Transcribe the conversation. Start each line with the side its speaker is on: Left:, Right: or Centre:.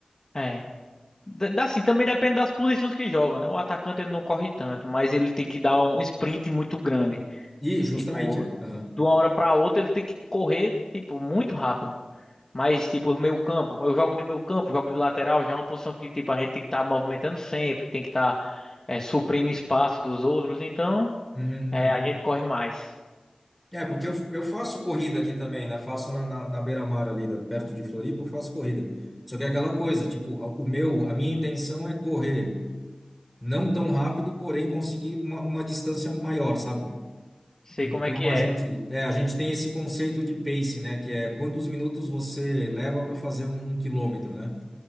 Left: É. Da- da- Assim, também depende das posições que joga, né? O atacante ele não corre tanto, mas ele tem que dar um sprint muito grande.
Centre: E justamente,
Left: Tipo,
Centre: é. Aham.
Left: de uma hora para outra ele tem que correr, tipo, muito rápido. Mas, tipo, meio campo, eu jogo de meio campo, jogo de lateral, já é uma posição que, tipo, a gente tem que estar movimentando sempre, tem que estar suprindo espaço dos outros, então
Centre: Uhum,
Left: é,
Centre: uhum.
Left: a gente corre mais.
Centre: É, porque eu, eu faço corrida aqui também, né? Faço na, na, na beira-mar ali, da- perto de Floripa, eu faço corrida. Só que é aquela coisa, tipo, a- o meu, a minha intenção é correr não tão rápido, porém conseguir uma, uma distância maior, sabe?
Left: Sei
Centre: Então
Left: como é que é,
Centre: a gente, é, a gente tem esse conceito de pace, né? Que é quantos minutos você leva para fazer um, um quilômetro, né?